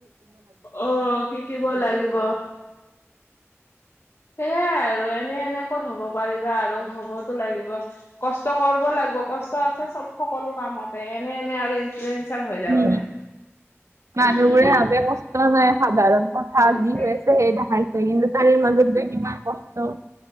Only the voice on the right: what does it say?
উম
মানুহবোৰে
<unintelligible> সাধাৰণ কথা
যি হৈ আছে সেই দেখাইছে কিন্তু তাৰে মাজত যে কিমান কষ্ট।